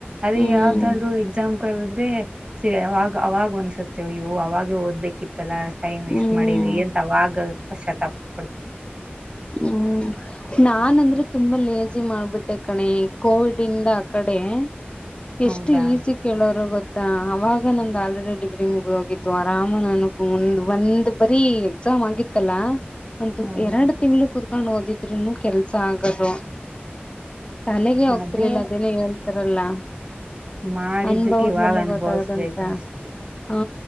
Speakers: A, on the right (about 30°); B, on the left (about 25°).
A: ಅದೇ
B: ಹ್ಮ್
A: ಯಾವ್ದರು ಎಕ್ಸಾಮಂ ಕದ್ರೆ ಅವಾಗ ಅವಾಗ ಒನ್ಸುತ್ತೇವ ಇವು ಅವಾಗ ಓದ್ಬೇಕಿತ್ತಲ್ಲ ಟೈಮ್ ವೇಸ್ಟ್
B: ಹ್ಮ್
A: ಮಾಡಿವಿ ಎಂತವಾಗ ವಶಾಬವಿ
B: ಹ್ಮ್ ನಾ ನ್ಂದ್ರೆ ತುಂಬಾ ಲೇಜಿ ಮಾಡ್ಬಿಟ್ಟೆ ಕಣೆ ಕೋವಿಡ್ ಇಂದ ಆ ಕಡೆ ಎಷ್ಟು
A: ಹೌದಾ
B: ಈಸಿ ಕೇಳೋಾರ ಗೊತ್ತ ಅವಾಗ ನಂದು ಆಲ್ರೆಡಿ ಡಿಗ್ರಿ ಮುಗಿದೋಗಿತ್ತು ಆರಾಮ ನನಗ್ ಮುಂದ್ ಒಂದ್ ಬರಿ ಎಕ್ಸಾಮ್ ಆಗಿತ್ತಲ್ಲ ಒಂತ
A: ಹೌದು
B: ಎರಡು ತಿಂ್ಳ ಕೊಂಡ್ ಓದಿದ್ರನು ಕೆಲ್ಸ ಆಗದು ತಲೆಗೆ ಹೋಗ್ತಿರ್ಲಿಲ್ಲ
A: ಅದೇ
B: ಅದೇನ ಹೇಳ್ತಾರಲ್ಲ
A: ಮಾಡಿದ್ದಕ್ಕೆ
B: ಅನ್ಬಹದ್್ಮೇಲೆ
A: ಇವಾಗ ಅನುಭವಿಸ್ಬೇಕಷ್ಟೆ
B: ಗೊತ್ತಾಗದಂತ ಹ